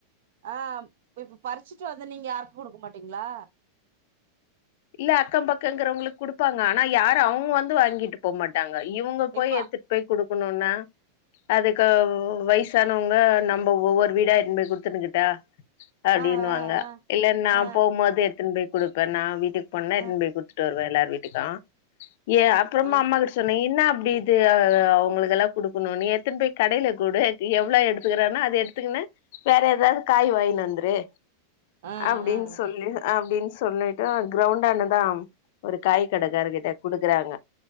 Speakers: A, on the right (about 55°); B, on the left (about 50°).
A: ஆஹ் இப்ப பறிச்சுட்டு வந்து நீங்க யாருக்கும் குடுக்க மாட்டீங்களா
B: இல்ல அக்கம் பக்கங்கிறவங்களுக்கு குடுப்பாங்க ஆனா யாரும் அவுங்க வந்து வாங்கிட்டு போக மாட்டாங்க இவுங்க போய்
A: இப்ப
B: எடுத்துட்டு போய் குடுக்கணும்னா அதுக்கு வயசு னவங்க நம்ம ஒவ்வொரு வீடா எடுத்துனுபோய் குடுத்துன்னுக்கிட்டா அப்டின்னு
A: ஆ ஆ
B: வாங்க
A: ஆ
B: இல்ல நா
A: ஆ
B: போவும்போது எடுத்துன்னு போய் குடுப்பேன் நான் வீட்டுக்கு பண்ண எடுத்துட்னு
A: ஆ
B: போய் குடுத்துட்டு வருவேன் எல்லாரு வீட்டுக்கும் ஏ அப்புறமா
A: ஆ
B: அம்மா கிட்ட சொன்னே என்ன அப்படி இது அவுங்களுக்குல்லாம் கொடுக்கணும் நீ எடுத்துட்னு போய் கடையில குடு எவ்ளோ எடுத்துக்குறானோ அது எடுத்துக்க ன வேற ஏதாவது காய் வாங்கிட்டு வந்துரு
A: ஆ
B: அப்படின்னு
A: ஆ
B: சொல்லி அப்படின்னு சொ சொல்லிட்டு க்ரௌண்டானதான் ஒரு காய் கடக்காரர் கிட்ட குடுக்குறாங்க